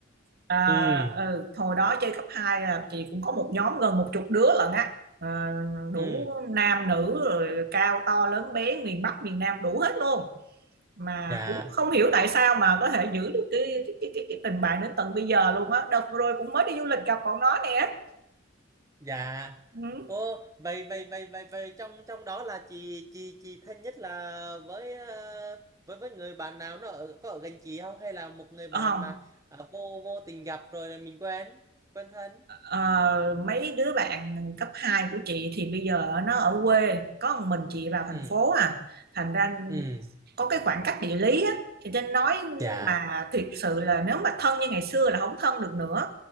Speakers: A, on the right; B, on the right.
A: À,
B: ừ
A: ừ, hồi đó chơi cấp 2 là chị cũng có một nhóm gần một chục đứa lận á à, đủ
B: ừ
A: nam nữ rồi cao to lớn bé miền Bắc miền Nam đủ hết luôn mà
B: dạ
A: cũng không hiểu tại sao mà có thể giữ được cái cái cái, cái, cái tình bạn đến tận bây giờ luôn á đợt vừa rồi cũng mới đi du lịch gặp bọn nó nè
B: dạ
A: ừ.
B: ô vậy vậy vậy vậy vậy trong trong đó là chị chị chị thân nhất là với ờ, với với người bạn nào nó ở có ở gần chị không hay là một người
A: Ờ,
B: bạn mà ờ, vô vô tình gặp rồi là mình quen quen thân
A: Ờ, mấy đứa bạn cấp 2 của chị thì bây giờ nó ở quê có một mình chị vào thành
B: ừ
A: phố à thành ra
B: ừ
A: có cái khoảng cách địa lý á thì nên nói
B: dạ
A: mà thiệt sự là nếu mà thân như ngày xưa là không thân được nữa